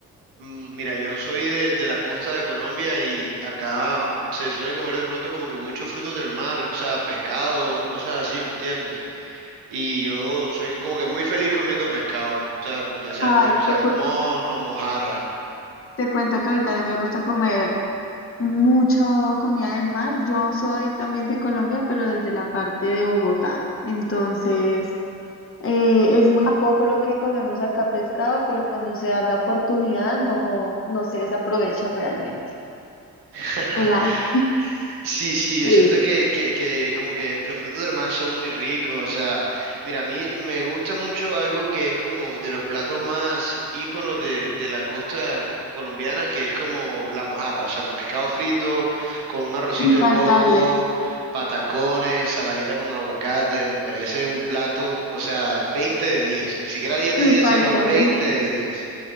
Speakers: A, on the right; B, on the left.
A: Mm, Mira, yo soy de, de la costa de Colombia y acá se suele comer de pronto como que muchos frutos del mar, o sea, pescados, cosas así, ¿me entiendes? Y yo soy como que muy feliz comiendo pescado, me gusta ya sea
B: Ay,
A: comer salmón
B: te, cu-
A: o mojarra.
B: te cuento que a mí también me gusta comer mucho comida del mar. Yo soy también de Colombia, pero desde la parte de Bogotá. Entonces, eh, es muy poco lo que comemos acá pescado, pero cuando se da la oportunidad no, no se desaprovecha realmente.
A: <laughs>
B: El a-
A: Sí, sí, yo
B: Sí.
A: siento que, que, que como que los frutos del mar son muy ricos, o sea, mira, a mí me gusta mucho algo que es como de los platos más íconos de, de la costa colombiana, que es como la mojarra, o sea, el pescado frito con un arrocito
B: Infaltable,
A: de coco, patacones, ensaladita con aguacate, me parece un plato, o sea, 20 de 10, ni siquiera 10 de
B: infaltable.
A: 10, sino 20 de 10.